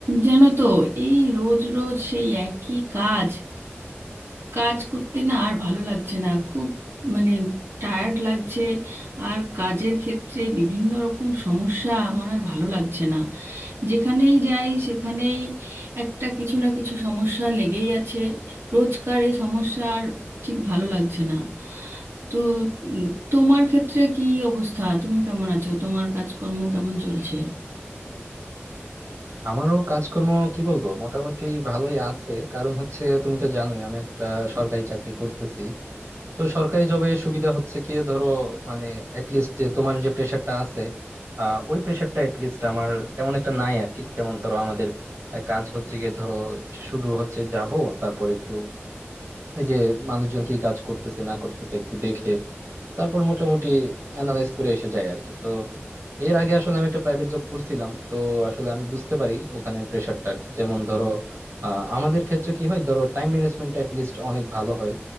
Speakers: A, on the right; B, on the right.
A: জানো তো এই রোজ রোজ সেই একই কাজ কাজ করতে না আর ভালো লাগছে না খুব মানে টায়ার্ড লাগছে আর কাজের ক্ষেত্রে বিভিন্ন রকম সমস্যা আমার আর ভালো লাগছে না যেখানেই যাই সেখানেই একটা কিছু না কিছু সমস্যা লেগেই আছে রোজকার এই সমস্যা আর ঠিক ভালো লাগছে না তো উম, তোমার ক্ষেত্রে কি অবস্থা তুমি কেমন আছো তোমার কাজকর্ম কেমন চলছে
B: আমারও কাজকর্ম কি বলবো মোটামুটি ভালোই আছে কারণ হচ্ছে তুমি তো জানোই আমি একটা সরকারি চাকরি করতেছি তো সরকারি জবে সুবিধা হচ্ছে কি ধরো মানে লিস্ট যে তোমার যে প্রেশারটা আছে আহ ওই প্রেশারটা লিস্ট আমার তেমন একটা নাই আর কি যেমন ধরো আমাদের আহ, কাজ হচ্ছে গিয়ে ধরো শুধু হচ্ছে যাব তারপর একটু এই যে মানুষজন কি কাজ করতেছে না করতেছে একটু দেখে তারপর মোটামুটি অ্যানালাইজ করে এসে যায় আর কি তো এর আগে আসলে আমি একটা প্রাইভেট জব করছিলাম তো আসলে আমি বুঝতে পারি ওখানে প্রেশারটা আর কি যেমন ধরো আহ, আমাদের ক্ষেত্রে কি হয় ধরো টাইম ম্যানেজমেন্ট লিস্ট অনেক ভালো হয়